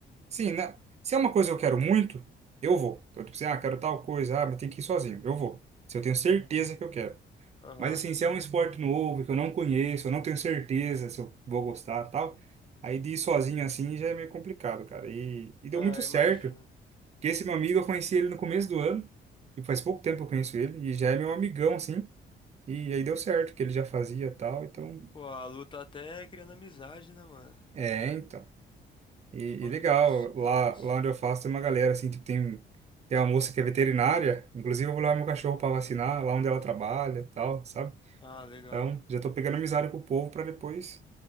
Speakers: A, on the right (about 35°); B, on the left (about 25°).
A: Sim, né? Se é uma coisa que eu quero muito, eu vou. Então, tipo assim, ah, quero tal coisa, ah, mas tem que ir sozinho. Eu vou. Se eu tenho certeza que eu quero.
B: Aham.
A: Mas, assim, se é um esporte novo, que eu não conheço, eu não tenho certeza se eu vou gostar tal, aí de ir sozinho assim já é meio complicado, cara. E, e deu
B: É,
A: muito certo.
B: imagino.
A: Porque esse meu amigo, eu conheci ele no começo do ano, e faz pouco tempo que eu conheço ele, e já é meu amigão, assim. E aí deu certo, que ele já fazia e tal, então.
B: Pô, a luta até é criando amizade, né, mano?
A: É, então. E,
B: Bom
A: e legal,
B: em todos os sentidos.
A: lá, lá onde eu faço tem uma galera, assim, tipo, tem, tem uma moça que é veterinária, inclusive eu vou levar meu cachorro pra vacinar, lá onde ela trabalha e tal, sabe?
B: Ah, legal.
A: Então, já tô pegando amizade com o povo pra depois.